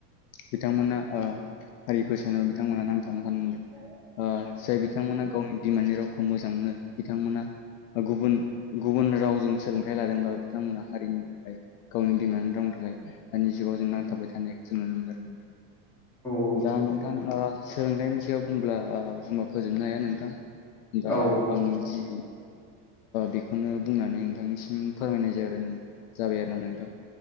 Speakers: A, on the left; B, in the centre.
A: बिथांमोना ओ हारि फोसावनायाव बिथांमोना नांथाना थानांदों
B: औ
A: ओ जाय बिथांमोना गावनि बिमानि राव खौ मोजां मोनो बिथांमोना गुबुन गुबुन रावजों सोलोंथाइ लादोंब्लाबो बिथांमोना हारिनि थाखाय गावनि बिमानि रावनि थाखाय दानि जुगाव जों नांथाबबाय थानाय जों नुनो मोनो आरो
B: औ
A: दा
B: नंगौ
A: नोंथां सोलोंथाइनि सायाव बुंब्ला फोजोबनो हाया नोंथां दा
B: औ औ
A: आं जि बेखौनो बुंनानै नोंथांनिसिम फोरमायनाय जायो आरोना जाबाय आरोना नोंथां